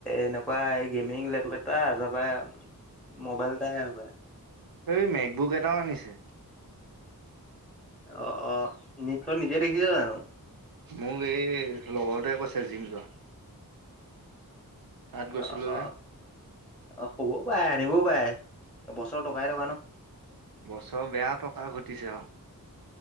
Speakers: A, in the centre; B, on the right.
A: এনেকুৱা এই গেমিং লেপটপ এটা তাৰপা মোবাইল এটা হে হব।
B: এই মেকবুক এটাও আনিছে
A: অ অ নিত নিজে দেখিছ জানো
B: মোক এই লগৰতে কৈছে জিম যোৱা। তাত গৈছিলো
A: অ অ
B: যে।
A: অ হব। পুৱাই আনিবও পাৰে বছৰ টকাই টকা ন'
B: বছৰ বেয়া টকা ঘটিছে আৰু।